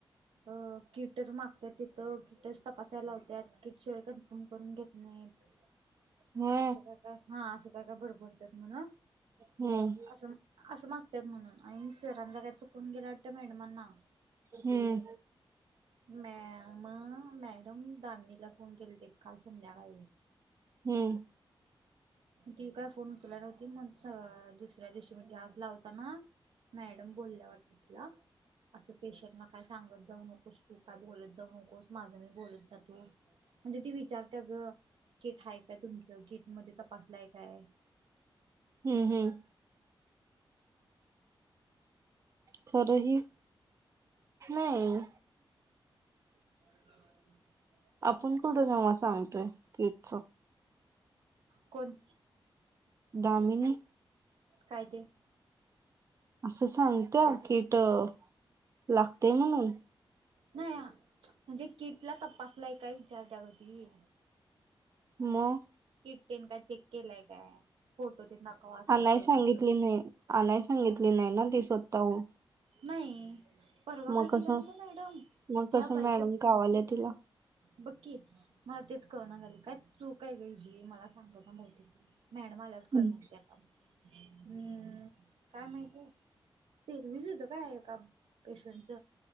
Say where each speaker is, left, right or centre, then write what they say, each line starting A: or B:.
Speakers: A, on the right; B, on the right.
A: अ कीटच मागत तिथं किटच तपासायला लावतआता, ती <unintelligible> कन्फर्म करून घेत नाहीत.
B: <inaudible>
A: असं काय काय हा असं काय काय बडबडतात म्हण
B: हम्म.
A: असं असं मागतात म्हणून, आणि सरांचा काय चूक फोन गेला वाटत मॅडम ना.
B: हम्म
A: मॅ म मॅडम दामणीला फोन केलेतेत काल संध्याकाळी.
B: हम्म.
A: ती काय फोन उचलाय नव्हती, मग दुसऱ्या दिवशी म्हणजे आज लावता ना मॅडम बोलल्या वाटतं तीला, असं पेशंटला काय सांगत जाऊ नको. तू काय बोलत जाऊ नकोस, माझा मी बोलत जातो. म्हणजे ती विचारते अग किट हाय काय तुमचं, कीट मध्ये तपासलंय काय?
B: हम्म हम्म खरंही नाही.
A: हो
B: आपण कुठं त्यांना सांगतोय किटच
A: कोण?
B: दामिनी.
A: काय ते.
B: असं सांगत कीट अह लागते म्हणून
A: नाहीया म्हणजे किटला तपासलय काय विचारते अग ती
B: मग
A: किट टेन का चेक केलाय काय फोटो <unintelligible>
B: आणाय
A: तर
B: सांगितलेले
A: असं
B: आणाय सांगितले नाय ना ती स्वतःहून.
A: नाही परवा
B: मग
A: काय
B: कसं
A: केल्या माहिती मॅडम
B: मग
A: त्या
B: कसं
A: बाईचं
B: मॅडम कावाल्या तिला
A: बघकी मला तेच कळ नाय झालय काय चूक आहे ग तिची मला सांगत ना भवती मॅडम आल्यावर
B: हम्म
A: <unintelligible> आता हम्म काय माहिती आहे पेल्विस होत काय एका पेशंटच